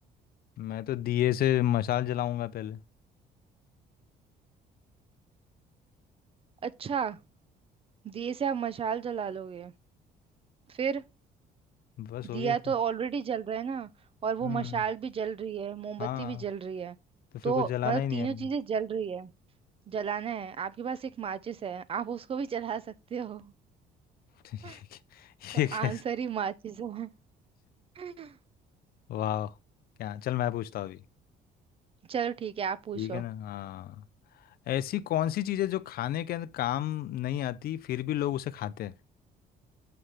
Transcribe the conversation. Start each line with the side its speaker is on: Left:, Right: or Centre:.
Left: मैं तो दिए से मशाल जलाऊंगा पहले
Right: अच्छा दिए से आप मशाल जला लोगे फिर
Left: बस हो
Right: दिया
Left: गया फिर
Right: तो ऑलरेडी जल रहा है ना और वो
Left: हम्म
Right: मशाल भी जल रही है मोमबत्ती
Left: हाँ
Right: भी जल रही है
Left: तो फिर
Right: तो
Left: कुछ जलाना
Right: मतलब
Left: ही नहीं
Right: तीनों
Left: है हमें।
Right: चीजें जल रही है जलाना है आपके पास एक माचिस है आप उसको भी जला सकते हो
Left: <laughs> ये
Right: <laughs>
Left: कै-
Right: तो
Left: ये
Right: आंसर
Left: कैसे
Right: ही माचिस है <laughs>
Left: वाह क्या चल मैं पूछता हूँ अभी
Right: चलो ठीक है आप पूछो
Left: ठीक है ना हाँ ऐसी कौन सी चीज़ है जो खाने के अंदर काम नहीं आती फिर भी लोग उसे खाते हैं